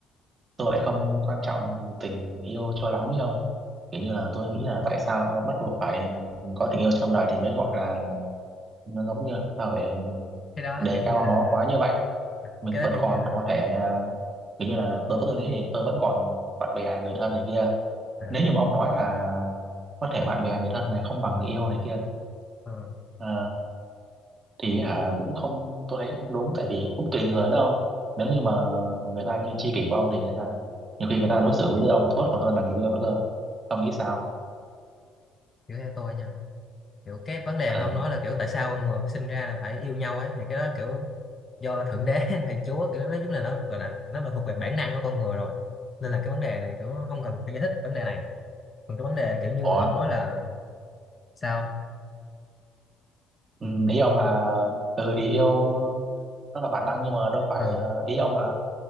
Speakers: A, on the right (about 30°); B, on the left (about 25°).
A: tôi lại không quan trọng tình yêu cho lắm ấy không kiểu như là tôi nghĩ là tại sao bắt buộc phải có tình yêu trong đời thì mới gọi là nó giống như là sao phải
B: cái đó
A: đề
B: kiểu như
A: cao
B: là
A: nó quá như vậy
B: à,
A: mình
B: cái
A: vẫn
B: đó kiểu
A: còn
B: như là
A: có thể kiểu như là đối với tôi nghĩ thì tôi vẫn còn bạn bè người thân này kia
B: à,
A: nếu như mà ông nói là có thể bạn bè người thân này không bằng người yêu này kia
B: ờ,
A: ờ, thì hả cũng không tôi thấy không đúng tại vì cũng tùy người đó ông nếu như mà người ta như tri kỷ của ông thì người ta nhiều khi người ta đối xử với ông tốt còn hơn là người yêu nữa cơ ông nghĩ sao
B: kiểu theo tôi nha kiểu cái vấn đề
A: ừ.
B: mà ông nói là kiểu tại sao con người sinh ra là phải yêu nhau ấy thì cái đó kiểu do thượng đế <laughs> hay chúa kiểu nói chung là nó gọi là nó là thuộc về bản năng của con người rồi nên là cái vấn đề này kiểu không cần phải giải thích vấn đề này còn cái vấn đề kiểu như
A: ủa
B: ông nói là sao
A: ừ, ý ông là ừ thì yêu nó là bản năng nhưng mà đâu phải
B: ờ
A: ờ, ý ông là